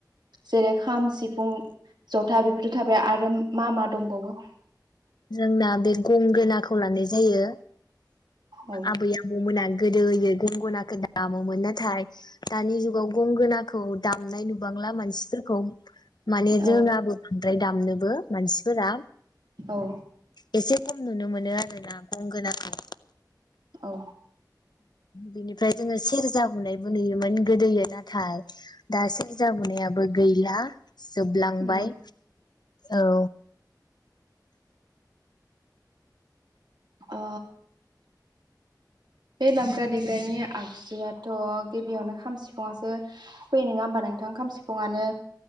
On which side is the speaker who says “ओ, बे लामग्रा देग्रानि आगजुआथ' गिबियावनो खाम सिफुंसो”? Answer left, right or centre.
Right